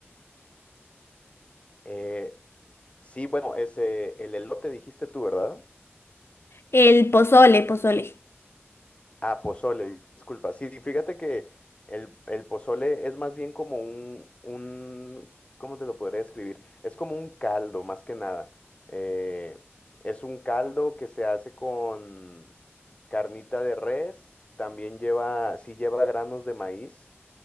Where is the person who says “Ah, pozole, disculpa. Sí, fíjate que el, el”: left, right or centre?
Left